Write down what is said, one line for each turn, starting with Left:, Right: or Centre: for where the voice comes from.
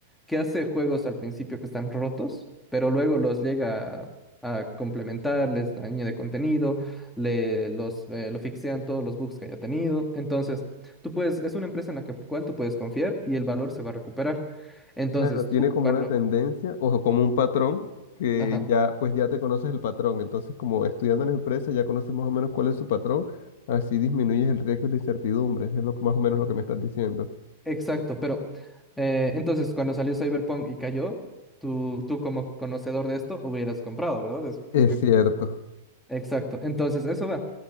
Centre: Que hace juegos al principio que están rotos, pero luego los llega a, a complementar, les añade contenido, le, los, eh, lo fixean todos los bugs que haya tenido. Entonces, Tú puedes, es una empresa en la que, cual tú puedes confiar y el valor se va a recuperar. Entonces,
Left: Claro, tiene
Centre: tú
Left: como
Centre: cuando,
Left: una tendencia, o como un patrón, que
Centre: ajá,
Left: ya, pues ya te conoces el patrón. Entonces, como estudiando en la empresa, ya conoces más o menos cuál es su patrón, así disminuyes el riesgo y la incertidumbre. Es lo, que- más o menos lo que me estás diciendo.
Centre: exacto, pero eh, entonces cuando salió Cyberpunk y cayó, tú, tú como conocedor de esto hubieras comprado, ¿verdad? Es,
Left: Es
Centre: es que,
Left: cierto.
Centre: exacto, entonces eso va.